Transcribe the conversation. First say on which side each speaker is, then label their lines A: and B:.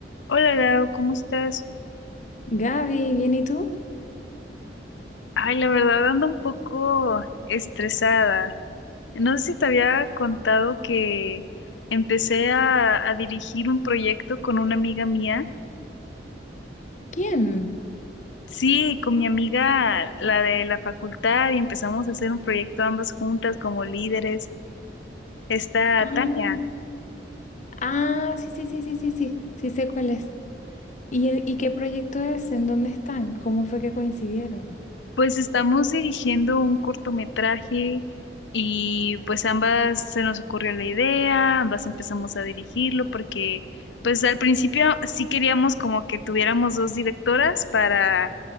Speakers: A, on the left; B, on the left.
A: Hola Lau, ¿cómo estás?
B: Gaby, ¿bien y tú?
A: Ay, la verdad ando un poco estresada. No sé si te había contado que empecé a, a dirigir un proyecto con una amiga mía.
B: ¿Quién?
A: Sí, con mi amiga, la de la facultad, y empezamos a hacer un proyecto ambas juntas como líderes. Está
B: Ah,
A: Tania.
B: ah, sí, sí, sí, sí, sí, sí, sí sé cuál es. ¿Y, e- y qué proyecto es? ¿En dónde están? ¿Cómo fue que coincidieron?
A: Pues estamos dirigiendo un cortometraje y pues ambas se nos ocurrió la idea, ambas empezamos a dirigirlo porque pues al principio sí queríamos como que tuviéramos dos directoras para,